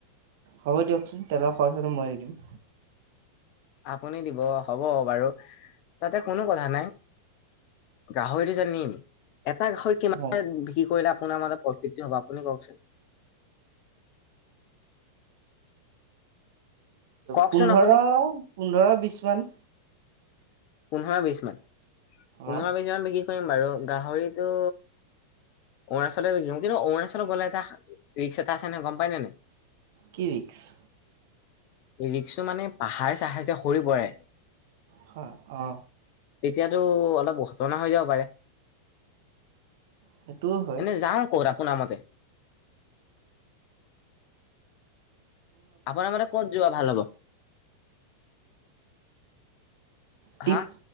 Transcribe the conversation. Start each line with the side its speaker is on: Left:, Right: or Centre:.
Right: হ'ব দিয়কচোন তেলৰ খৰচাটো মই দি দিম।
Left: আপুনি দিব হ'ব বাৰু তাতে কোনো কথা নাই। গাহৰিটো যে নিম এটা গাহৰি কিমান
Right: হয়
Left: বিক্ৰী কৰিলে আপোনাৰ মানে প্ৰফিটটো হব আপুনি কওকচোন। কওকচোন
Right: পোন্ধৰ
Left: আপুনি
Right: পোন্ধৰ বিশ মান।
Left: পোন্ধৰ বিশ মান পোন্ধৰ
Right: অ
Left: বিশ মান বিক্ৰী কৰিম বাৰু গাহৰিটো অৰুণাচললৈ গিম কিন্তু অৰুণাচল গলে এটা ৰিক্স এটা আছে নহয় গম পাই নাই।
Right: কি ৰিক্স?
Left: ৰিক্সটো মানে পাহাৰ চাহাৰ যে সৰি পৰে।
Right: হয় অ'।
Left: তেতিয়াতো অলপ ঘটনা হৈ যাব পাৰে।
Right: সেইটোও হয়
Left: এনেই যাওঁ কত আপোনাৰ মতে আপোনাৰ মতে কত যোৱা ভাল হব।
Right: টিপ
Left: হা